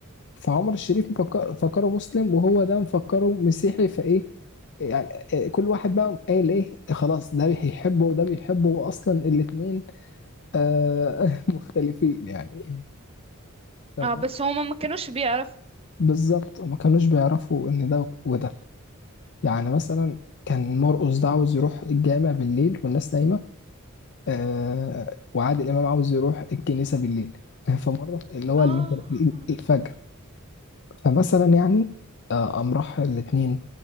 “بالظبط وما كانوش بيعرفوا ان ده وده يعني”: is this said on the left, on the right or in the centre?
Left